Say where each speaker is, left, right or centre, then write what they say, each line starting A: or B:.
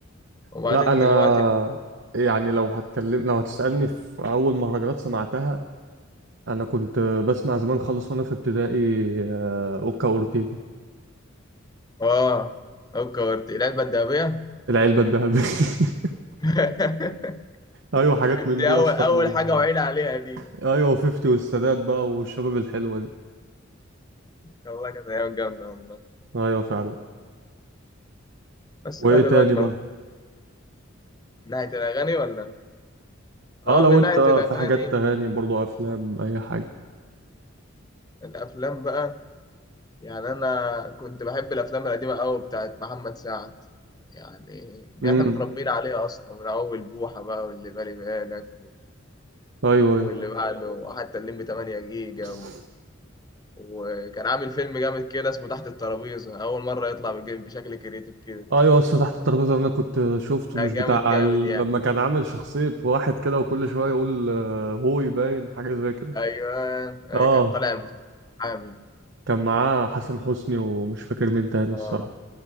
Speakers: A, on the left; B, on the right.
A: وبعدين
B: لا انا
A: دلوقتي
B: يعني لو هتكلم لو هتسألني في اول مهرجانات سمعتها انا كنت بسمع زمان خالص وانا في ابتدائي آه، اوكا اورتيجا
A: اه فكرت العلبة الذهبية
B: العلبة الذهبية <laughs>
A: <laughs>
B: ايوه حاجات من
A: دي
B: دي يا
A: اول
B: اسطى
A: اول
B: و...
A: حاجه وعيل عليها دي
B: ايوه 50 والسادات بقى والشباب الحلوة دي
A: والله كانت ايام جامده والله
B: ايوه فعلا
A: بس
B: وايه
A: بقى دلوقتي
B: تاني
A: ما
B: بقى
A: أكون. من ناحيه الاغاني ولا
B: اه
A: اه
B: لو
A: من
B: انت
A: ناحيه الاغاني
B: في حاجات تغاني برضو افلام اي حاجة
A: الافلام بقى يعني انا كنت بحب الافلام القديمه قوي بتاعت محمد سعد يعني
B: امم
A: احنا متربيين عليها اصلا من اول بوحه بقى واللي بالي بالك و-
B: ايوه
A: واللي بعده وحتى الليمبي 8 جيجا
B: ايوه
A: و... وكان عامل فيلم جامد كده اسمه تحت الترابيزه اول مره يطلع بج- بشكل كريتيف كده
B: ايوه اصل تحت الترابيزه اللي انا كنت شفته
A: لا
B: مش
A: جامد
B: بتاع
A: جامد
B: ال...
A: يعني
B: لما كان عامل شخصيه واحد كده وكل شويه يقول آه، هو يباين حاجه زي كده
A: ايوه أيوة،
B: اه
A: كان طالع بالحامي
B: كان معاه حسن حسني ومش فاكر مين تاني
A: اه
B: الصراحه